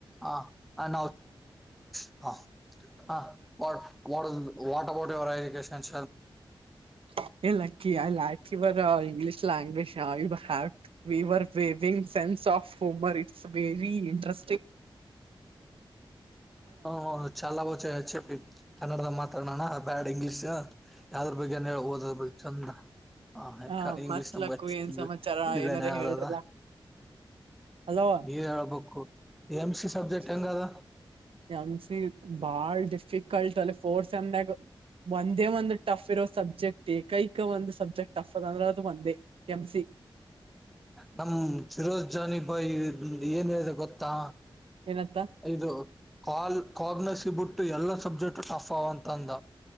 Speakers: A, in the centre; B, on the right.
A: ಹಾ ಆ <unintelligible> ಹಾ ಹ what what is what about ಹೖ education.
B: ಹ a lucky I like your English language show we were weaving sense. Soft homer it's very interest.
A: ಹ ಹ ಚಾಲಬಚೆ ಕನ್ನಡಗ್ ಮಾತ. ಮಾತಾಡೋಣ ಬ್ಯಾಡ್ ಇಂಗ್ಲೀಷ್ ಯಾವ್ದ್ರ ಬಗ್ಗೆ ಹೇಳ್ ಓದದ್ರು ಚಂದ. ಹ
B: ಆ,
A: ಇಂಗ್ಲೀಷ್
B: ಮತ್
A: <unintelligible>
B: ಲಕ್ಕು ಏನ್ ಸಮಾಚಾರ ಏನಾರ ಹೇಳ್ರಲ್ಲ
A: ಅದಾ
B: ಅಲೋ
A: ನೀವ ಹೇಳ್ಬೇಕು. ಎಂ ಸಿ ಸಬ್ಜೆಕ್ಟ್
B: <unintelligible>
A: ಹೆಂಗದ
B: ಬಾಳ್ ಜ ಫಿಕಲ್ಟ್ ಅಲ್ಲಿ ಫೋರ್ಸ್ ಎಂದಾಗೊ ಒಂದೇ ಒಂದು ಟಫ್ ಇರೋ ಸಬ್ಜೆಕ್ಟ್ ಈ ಕೈಕ ಒಂದು ಸಬ್ಜೆಕ್ಟ್ ಟಫ್ ಅದ ಅಂದ್ರೆ ಅದು ಒಂದೇ ಎಂ ಸಿ.
A: ನಮ ತಿರೋಜಜಾನಿಬಾಯಿ ಏನ್ ಹೇಳಿದೆ ಗೊತ್ತಾ?
B: ಏನತ್ತ
A: ಇದು ಕಾಲ್ ಕಾಬನ ಸಿಬುಟ್ಟು ಎಲ್ಲಾ ಸಬ್ಜೆಕ್ಟ್ ಟಫ್ ಅವ ಅಂತಂದ.